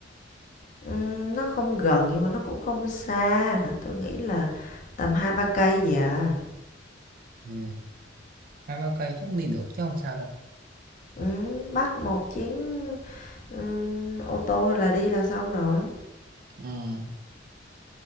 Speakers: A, on the left; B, on the right.
A: Ừm, nó không gần nhưng mà nó cũng không xa. Tôi nghĩ là tầm hai ba cây vậy à.
B: ừ hai ba cây chắc đi được chứ không sao đâu
A: Ừm, bắt một chuyến ừm, ô tô là đi là xong rồi.
B: ừ